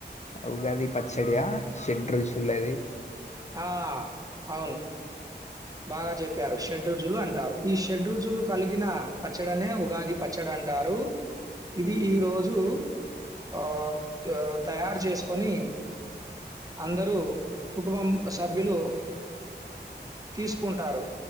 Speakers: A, on the left (about 40°); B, on the right (about 20°).
A: ఉగాది పచ్చడియా షడ్రుచులది
B: ఆ అవును బాగా చెప్పారు షడ్రుచులు అంటారు. ఈ షడ్రుచులు కలిగిన పచ్చడనే ఉగాది పచ్చడి అంటారు. ఇది ఈ రోజు ఆ తయారు చేసుకొని అందరూ కుటుంబం సభ్యులు తీసుకుంటారు